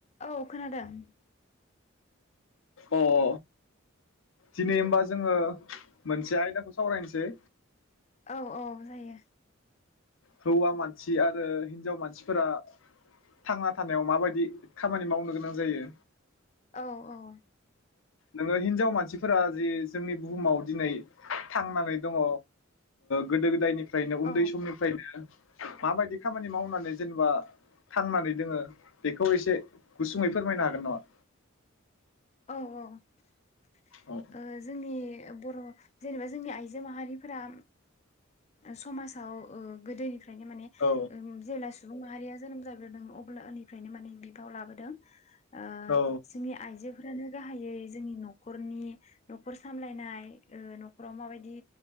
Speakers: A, on the left; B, on the left.
A: औ खोनादों
B: अ अ दिनै होनबा जोङो मोनसे आयदा खौ सावरायनोसै
A: औ औ जायो
B: हौवा मानसि आरो हिन्जाव मानसिफोरा थांना थानायाव माबायदि खामानि मावनो गोनां जायो
A: औ औ
B: नोङो हिनजाव मानसिफोरा जि जोंनि बुहुमाव दिनै थांनानै दङ गोदो गोदायनि फ्रायनो उन्दै
A: औ
B: समनिफ्रायनो माबायदि खामानि मावनानै जेनेबा थांनानै दोङो बेखौ एसे गुसुङै फोरमायनो हागोन नामा?
A: औ औ। ओ
B: औ
A: जोंनि बर' जेनेबा जोंनि आइजो माहारिफोरा समाजाव गोदोनि गोदोनिफ्रायनो माने
B: औ
A: सुबुं माहारिया जोनोम जाब्रोदों अब्ला उन्दनिफ्रायनो माने बिफाव लाबोदों। ओ
B: औ
A: जोंनि आइजोफोरानो गाहायै जोंनि न'खनि न'खर सामलायनाय नाव माबायदि